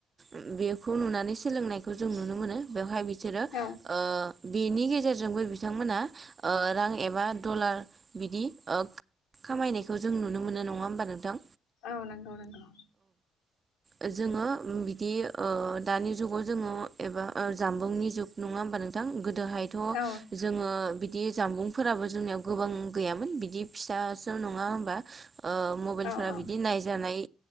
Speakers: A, on the right; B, on the left.
A: उम बेखौ नुनानै सोलोंनायखौ जों नुनो मोनो बेवहाय बि सोरो
B: औ
A: ओ बेनि गेजेरजोंबो बिथांमोना ओ रां एबा डलार बिदि ओ ख खामायनायखौ जों नुनो मोनो नङा होम्बा नोंथां?
B: औ नोंगौ नोंगौ।
A: ओ जोङो उम बिदि ओ दानि जुगाव जोङो एबा ओ जाम्बुंनि जुग नङा होम्बा नोंथां गोद दोहायथ'
B: औ
A: जोङो बिदि जाम्बुंफोराबो जोंनियाव गोबां गैयामोन बिदि फिसा स सो नङा होमबा ओ मबेलफोरा
B: औ औ
A: बिदि नायजानाय